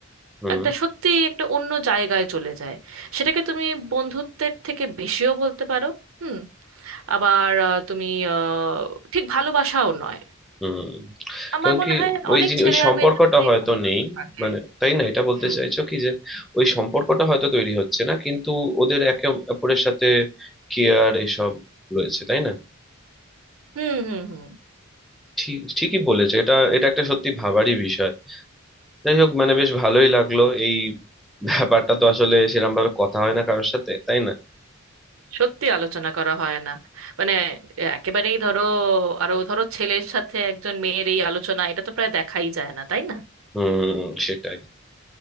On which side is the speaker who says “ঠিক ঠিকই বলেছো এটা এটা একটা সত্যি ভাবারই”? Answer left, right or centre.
Centre